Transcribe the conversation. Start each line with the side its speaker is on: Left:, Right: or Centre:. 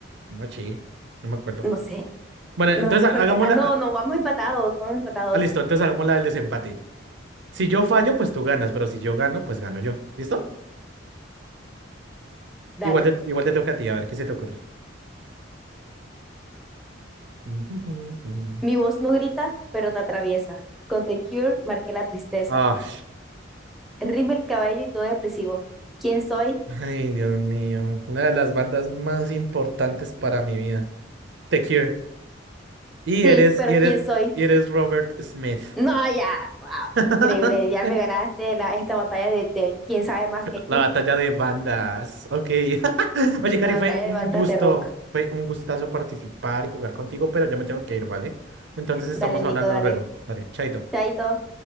Right: No, sí, no me acuerdo.
Centre: No sé.
Right: Bueno, entonces
Centre: No,
Right: ha-
Centre: porque,
Right: hagámosla.
Centre: ah, no,
Right: ah,
Centre: no, vamos empatados, vamos empatados.
Right: ah, listo, entonces hagámosla del desempate. Si yo fallo, pues tú ganas, pero si yo gano, pues gano yo. ¿Listo?
Centre: Dale.
Right: Igual te, igual te toca a ti, a ver qué se te ocurre. <laughs>
Centre: Mi voz no grita, pero te atraviesa. Con The Cure marqué la tristeza.
Right: Ah,
Centre: Rime el cabello y todo depresivo. ¿Quién soy?
Right: Ay, Dios mío, una de las bandas más importantes para mi vida. The Cure. Y
Centre: Sí,
Right: eres,
Centre: pero
Right: y eres,
Centre: ¿quién soy?
Right: y eres Robert Smith.
Centre: No, ya, wow,
Right: <laughs>
Centre: increíble. Ya me ganaste la, esta batalla de, de quién sabe más que quién.
Right: La batalla de bandas. Ok. <laughs> Oye, Cari,
Centre: La batalla
Right: fue un
Centre: de bandas
Right: gusto,
Centre: de rock.
Right: fue un gustazo participar y jugar contigo, pero ya me tengo que ir, ¿vale? Entonces estamos
Centre: Dale, Nico,
Right: hablando
Centre: dale.
Right: luego. Dale, chaito.
Centre: Chaito.